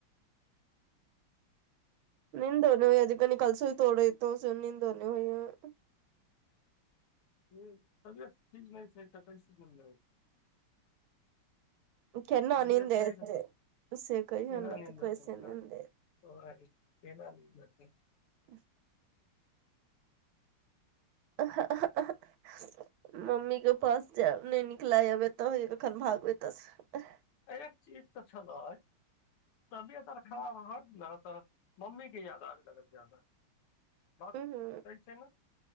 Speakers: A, on the right (about 75°); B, on the left (about 85°).
A: नींदो नै होइए अ जे कनी काल सुइतौ रहियौ से नींदो नै होइए
B: हू तबियत ठीक नै छै <unintelligible>
A: केना
B: तबियत
A: नींद
B: सही
A: एतै
B: रह
A: से कहियौ
B: केना
A: ने
B: नींद
A: ते कैसै
B: एतै
A: नीन्दे
B: <unintelligible>
A: <unintelligible> <unintelligible> मम्मी कऽ पास जेब नै नीक लागैय आब एतऽ होय य कखन भागू एतय स
B: एक चीज तऽ छैले तबियत आर खराब हत ने तऽ मम्मी कऽ याद आबै लागत जादा बात
A: उहु
B: सही छै न